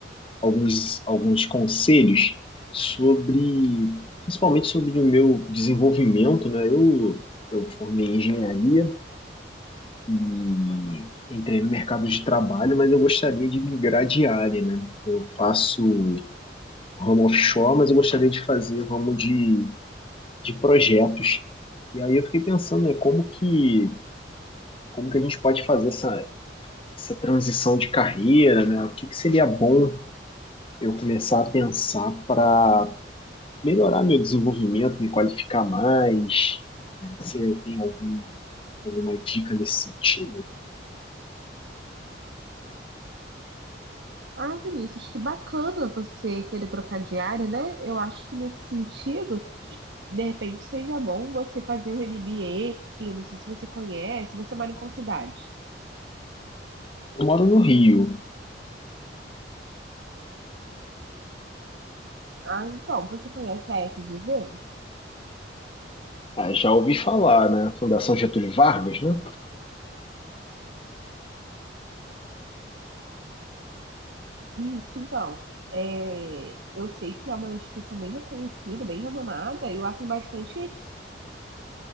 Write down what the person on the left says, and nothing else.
alguns, alguns conselhos sobre, principalmente sobre o meu desenvolvimento, né? Eu, eu formei em engenharia e entrei no mercado de trabalho, mas eu gostaria de migrar de área, né? Eu faço ramo offshore, mas eu gostaria de fazer ramo de de projetos. E aí eu fiquei pensando, né, como que, como que a gente pode fazer essa, essa transição de carreira, né? O que que seria bom eu começar a pensar para melhorar meu desenvolvimento, me qualificar mais, né? Você tem algum, alguma dica nesse sentido?
Eu moro no Rio.
Ah, já ouvi falar, né? Fundação Getúlio Vargas, né?